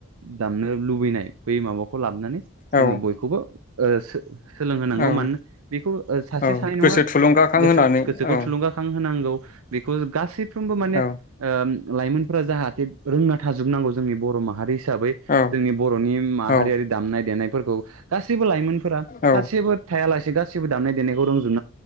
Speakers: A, on the right; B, on the left.
A: दामनो लुबैनाय बै माबाखौ लाबोनानै जोङो
B: औ
A: बयखौबो ओ सो सोलोंहोनांगौ
B: औ
A: मानोना बेखौ सासे
B: औ
A: सानै नङा
B: गोसो थुलुंगाखां
A: गोसो
B: होनानै
A: गोसोखौ
B: औ
A: थुलुंगाखां होनांगौ बिखौ गासै फ्रोमबो माने
B: औ
A: ओ लाइमोनफोरा जाहाथे रोंना थाजोबनांगौ जोंनि बर' माहारि हिसाबै
B: औ
A: जोंनि बर'नि माहारियारि
B: औ
A: दामनाय देनाय फोरखौ गासैबो लाइमोन फोरा
B: औ
A: सासेबो थायालासि गासिबो दामनाय देनायखौ रोंजोब